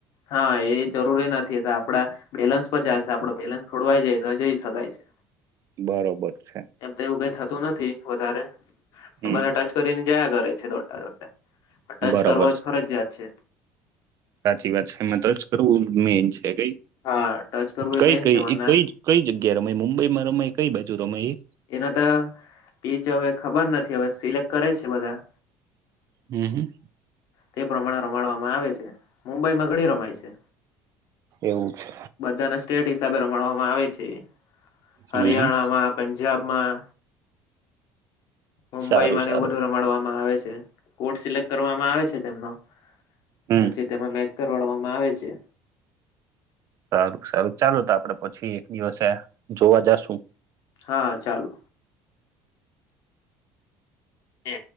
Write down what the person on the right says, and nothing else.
બરોબર છે
હમ
બરોબર
છે
સાચી વાત છેમાં તો જ કરવું મેઇન છે. ક
કઈ
કઈ
એ કઈ કઈ જગ્યા રમાય મુંબઈમાં રમાય કઈ બાજુ રમાયે?
હમ હ.
એવું છે
હમ
હમ
સારું સારું
હમ
સારું સારું ચાલુ તો આપડે પછી એક દિવસે જોવા જશુ.